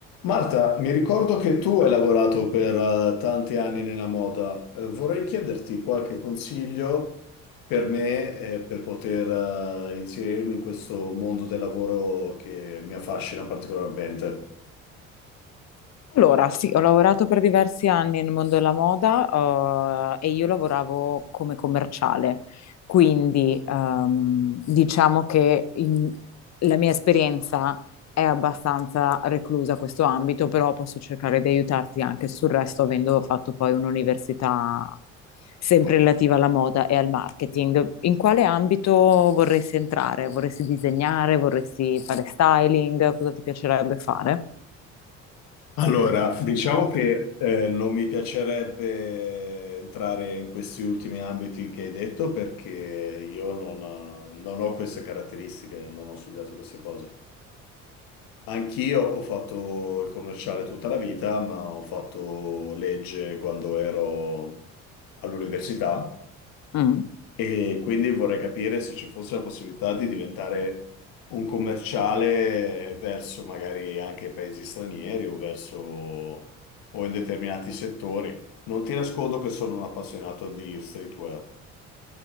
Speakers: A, on the left; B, on the left.
A: Marta, mi ricordo che tu hai lavorato per eh, tanti anni nella moda. Eh, vorrei chiederti qualche consiglio per me, eh, per poter, eh, inserirmi in questo mondo del lavoro che mi affascina particolarmente.
B: Allora, sì, ho lavorato per diversi anni nel mondo della moda, eh, e io lavoravo come commerciale, quindi ehm, diciamo che in- la mia esperienza è abbastanza reclusa a questo ambito, però posso cercare di aiutarti anche sul resto, avendo fatto poi un'università sempre relativa alla moda e al marketing. In quale ambito vorresti entrare? Vorresti disegnare? Vorresti fare styling? Cosa ti piacerebbe fare?
A: Allora, diciamo che eh, non mi piacerebbe entrare in questi ultimi ambiti che hai detto perché io non, eh, non ho queste caratteristiche, non ho studiato queste cose. Anch'io ho fatto il commerciale tutta la vita, ma ho fatto legge quando ero all'università
B: Mm.
A: e quindi vorrei capire se ci fosse la possibilità di diventare un commerciale verso magari anche paesi stranieri o verso o in determinati settori. Non ti nascondo che sono un appassionato di streetwear.